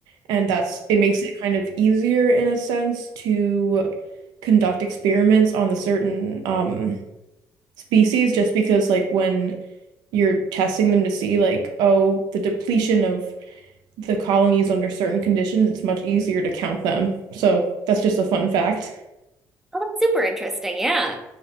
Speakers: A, on the right; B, in the centre.
A: and that's it makes it kind of easier in a sense to conduct experiments on the certain um species just because like when you're testing them to see like oh the depletion of the colonies under certain conditions, it's much easier to count them. So that's just a fun fact.
B: Oh, that's super interesting. Yeah.